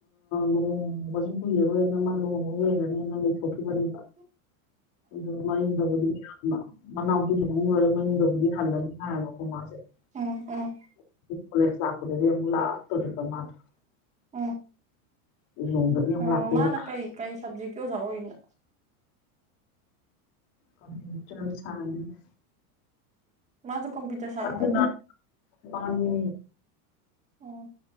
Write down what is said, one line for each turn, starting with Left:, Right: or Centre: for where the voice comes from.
Left: ꯂꯨꯍꯣꯡꯕꯁꯨ ꯀꯨꯏꯔꯔꯣꯏꯅ ꯃꯥ ꯂꯨꯍꯣꯡꯕ ꯂꯩꯔꯅꯤꯅ ꯂꯩꯊꯣꯛꯈꯤꯕꯅꯦꯕ
Right: <inaudible>
Left: ꯑꯗꯨ ꯃꯡꯗꯕꯨꯗꯤ ꯃꯅꯥꯎꯄꯤ ꯃ ꯂꯣꯏꯔꯒ ꯃꯡꯗꯕꯨꯗꯤ ꯍꯜꯂꯅꯤ ꯍꯥꯏꯌꯦꯕ <unintelligible>
Right: ꯎꯝ ꯎꯝ
Left: ꯀꯣꯂꯦꯖ ꯂꯥꯛꯄꯗꯗꯤ ꯑꯃꯨꯛ ꯂꯛ ꯃꯁꯦ
Right: ꯎꯝ
Left: ꯂꯤꯂꯣꯡꯗꯒꯤ ꯑꯃꯨꯛ
Right: ꯑꯣ
Left: ꯂꯥꯛꯇꯣꯏꯕ
Right: ꯃꯥꯅ ꯀꯩ ꯀꯩ ꯁꯞꯖꯦꯛꯀꯤ ꯑꯣꯖꯥ ꯑꯣꯏꯔꯤꯅꯣ
Left: ꯀꯝꯄꯨꯇꯔ ꯁꯥꯏꯟꯁ
Right: ꯃꯥꯁꯨ ꯀꯝꯄꯌꯨꯇꯔ ꯁꯥꯏꯟꯁꯂꯣ
Left: ꯑꯗꯨꯅ ꯃꯥꯅꯤ
Right: ꯎꯝ